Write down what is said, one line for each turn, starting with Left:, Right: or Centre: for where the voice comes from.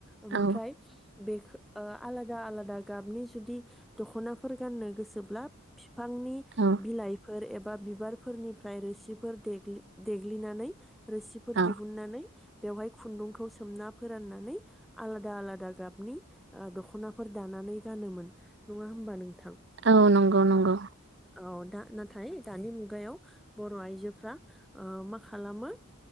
Centre: ओमफ्राय
Right: औ
Centre: बे ओ आलादा आलादा गाबनि जुदि दख'नाफोर गाननो गोसोब्ला बिफांनि
Right: औ
Centre: बिलाइफोर एबा बिबार फोरनिफ्राय रोसिफोर देग्लिनानै रोसिफोर
Right: औ
Centre: दिहुननानै बेवहाय खुन्दुंखौ सोमना फोराननानै आलादा आलादा गाबनि दख'नाफोर दाना नै गानोमोन नङा होनबा
Right: औ नंगौ नंगौ
Centre: औ दा नाथाय दानि मुगा मुगायाव बर' आइजोफोरा ओ मा खालामो